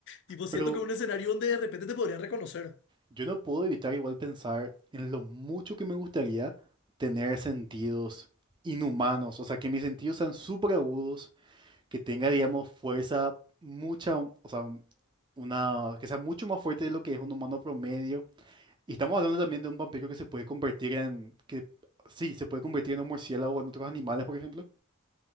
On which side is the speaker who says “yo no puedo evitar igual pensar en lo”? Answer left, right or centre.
Right